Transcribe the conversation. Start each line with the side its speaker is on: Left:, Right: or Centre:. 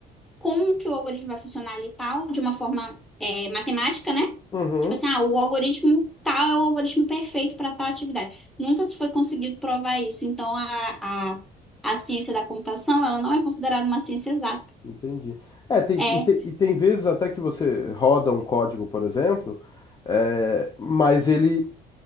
Centre: como que o algoritmo vai funcionar ali e tal, de uma forma é, matemática, né?
Left: Uhum,
Centre: Tipo assim, ah, o algoritmo tal é o algoritmo perfeito para tal atividade. Nunca se foi conseguido provar isso. Então, a, a, a ciência da computação, ela não é considerada uma ciência exata.
Left: entendi. É, tem,
Centre: É,
Left: e, tem, e tem vezes até que você roda um código, por exemplo, é, mas ele